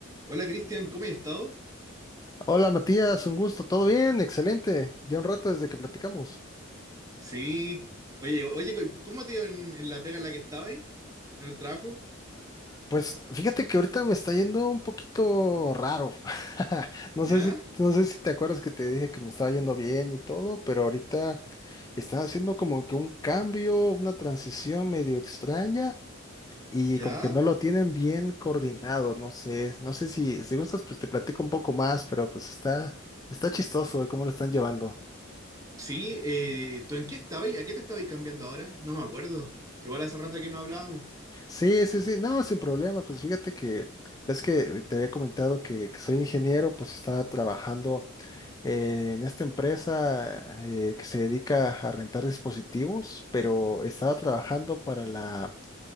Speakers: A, on the right; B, on the left.
A: Hola Cristian, ¿cómo has estado?
B: Hola Matías, un gusto, ¿todo bien? Excelente. Ya un rato desde que platicamos.
A: Sí. Oye, o- oye, co- ¿cómo te iba en, en la pega en la que estaba ahí? ¿En el trabajo?
B: Pues fíjate que ahorita me está yendo un poquito raro. <laughs> No
A: ¿Ya?
B: sé si, no sé si te acuerdas que te dije que me estaba yendo bien y todo, pero ahorita está haciendo como que un cambio, una transición medio extraña y
A: ¿Ya?
B: como que no lo tienen bien coordinado, no sé, no sé si, si gustas, pues te platico un poco más, pero pues está, está chistoso de cómo lo están llevando.
A: Sí, eh, ¿tú en qué estabas? ¿A qué te estabas cambiando ahora? No me acuerdo. Que igual hace rato que no hablábamos.
B: Sí, sí, sí, no, sin problema, pues fíjate que, ves que te había comentado que, que soy ingeniero, pues estaba trabajando eh, en esta empresa eh, que se dedica a rentar dispositivos, pero estaba trabajando para la,